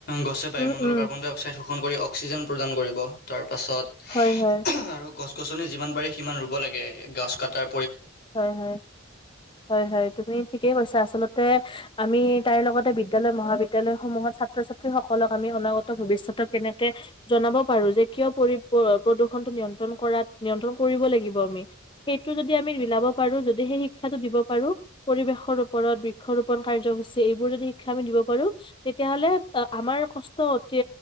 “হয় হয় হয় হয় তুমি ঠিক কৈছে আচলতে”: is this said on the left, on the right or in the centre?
Left